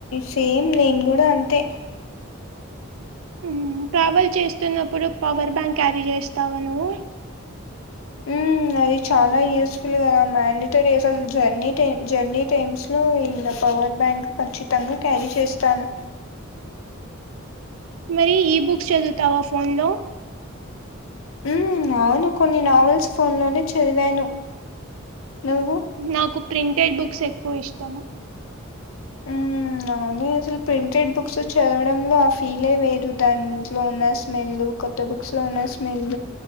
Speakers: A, on the left; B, on the right.
A: సేమ్ నేను కూడా అంతే
B: ఉమ్ ట్రావెల్ చేస్తున్నప్పుడు పవర్ బ్యాంక్ క్యారీ చేస్తావా నువ్వు
A: ఉమ్ అది చాలా యూజ్ ఇలు కదా మ్యాండటరీ అస్సలు జర్నీ టైమ్ జర్నీ టైమ్స్ లో ఈ ఇంకా పవర్ బ్యాంక్ ఖచ్చితంగా క్యారీ చేస్తాను
B: మరి ఈ బుక్స్ చదువుతావా ఫోన్ లో
A: ఉమ్ అవును కొన్ని నావెల్స్ ఫోన్లోనే చదివాను నువ్వు
B: నాకు ప్రింటెడ్ బుక్స్ ఎక్కువ ఇష్టం
A: ఉమ్ అవును అసలు ప్రింటెడ్ బుక్స్ చదవడంలో ఫీలే వేరు దాంట్లో ఉన్న స్మెల్ కొత్త బుక్స్ లో ఉన్న స్మెల్